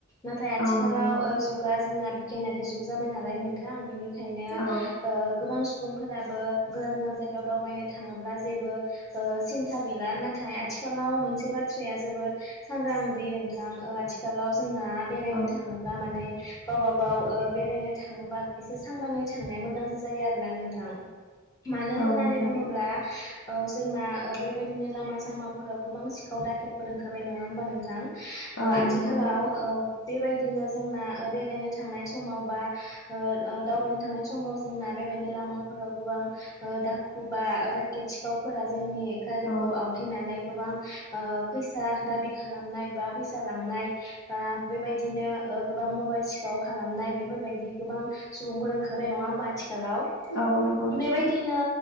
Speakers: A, on the left; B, on the left.
A: नाथाय आथिखालाव
B: औ नंगौ नोंथां
A: ओ जुगा जोंना बिगियानारि जुग जाबाय नालाय नोंथां बिनिखाय ओ
B: औ
A: गोबां सु सुबुंफोराबो गोजान गोजान जायगायाव दावबायनो थांङोब्ला जेबो ओ सिन्था गैला नाथाय आथि थिखालाव मोनसे बाथ्राया जोबोर सांग्रां दि नोंथां ओ आथिखालाव जोंना बेरायनो
B: औ
A: थांङोब्ला माने गावबा गाव ओ बेरायनो थांङोबा एसे सांग्रांङै थांनाया मोजांसो जायो आरोना नोंथां मानो होननानै
B: औ नोंथां
A: बुंङोब्ला औ जोंना ओ बेबायदिनो लामा सामाफोराव गोबां सिखाव दाकेटफोर ओंखारबाय नंङा ओमबा नोंथां? ओ
B: औ
A: आथिखालाव
B: नंगौ नोंथां
A: औ। बेबायदिनो जोंना ओ बेरायनो थांनाय समाव बा ओ ओ दावबायनो थांनाय समाव जोंना बेबायदिनो लामाफोराव गोबां ओ दाखु बा ओ दाखेट सिखावफोरा जोंनि गारिखौ
B: औ
A: आवथेनानै गोबां ओ फैसा दाबि खालामनाय बा फैसा लांनाय बा बेबायदिनो ओ गोबां मबाइल सिखाव खालामनाय बिफोरबायदि गोबां सुबुंफोर ओं खारबाय नंङा ओमबा आथिखालाव
B: औ नंगौ नोंथां
A: बेबायदिनो